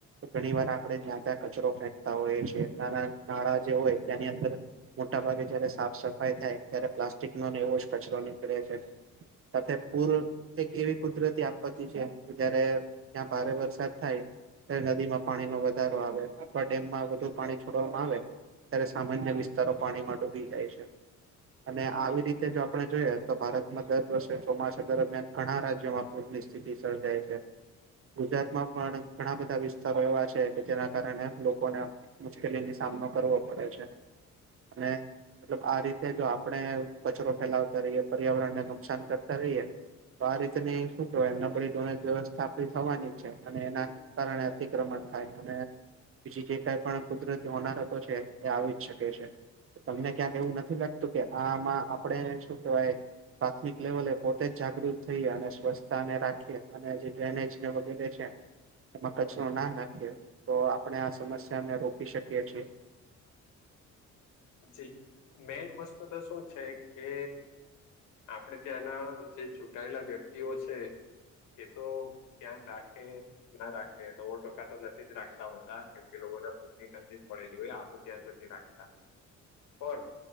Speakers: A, on the right; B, on the left.
A: ઘણીવાર આપણે ત્યાં, ત્યાં કચરો ફેંકતા હોઈએ છીએ. નાના નાળા જે હોય, ત્યાંની અંદર મોટા ભાગે જયારે સાફ સફાઈ થાય ત્યારે પ્લાસ્ટિકનોને એવો જ કચરો નીકળે છે. સાથે પૂર એક એવી કુદરતી આપત્તિ છે, જયારે ત્યાં ભારે વરસાદ થાય નદીમાં પાણીનો વધારો આવે અથવા ડેમમાં વધુ પાણી છોડવામાં આવે ત્યારે સામાન્ય વિસ્તારો પાણીમાં ડૂબી જાય છે. અને આવી રીતે જો આપણે જોઈએ, તો ભારતમાં દર વર્ષે ચોમાસા દરમિયાન ઘણા રાજ્યોમાં પૂરની સ્થિતિ સર્જાય છે. ગુજરાતમાં પણ ઘણા બધા વિસ્તારો એવા છે, કે જેના કારણે લોકોને મુશ્કેલીની સામનો કરવો પડે છે અને તો આ રીતે જો આપણે કચરો ફેલાવતા રહીએ, પર્યાવરણ ને નુકસાન કરતા રહીએ તો આ રીતેની શું કેવાયમ બડી ડોનેજ વ્યવસ્થા થવાની છે અને એના કારણે અતિક્રમણ થાય અને બીજી જે કઈ પણ કુદરતી હોનારતો છે, એ આવી જ શકે છે. તમને ક્યાંક એવું નથી લાગતું, કે આમાં આપણેે શું કેવાય પ્રાથમિક લેવલે પોતે જ જાગૃત થઈએ અને સ્વચ્છતાને રાખીએ અને જે ડ્રેનેજ ને વગેરે છે એમાં કચરો ના નાખે, તો આપણે આ સમસ્યાને રોકી શકીએ છીએ.
B: જી મેન વસ્તુ તો શું છે કે આપડે ત્યાંના જે ચૂંટાયેલા વ્યક્તિઓ છે. એ તો ધ્યાન રાખે ના રાખે તો ઓ રકા તો નથી રાખતા હોતા કેમ કે લોકો જ પડેલી હોય આપું ધ્યાન નથી રાખતા પણ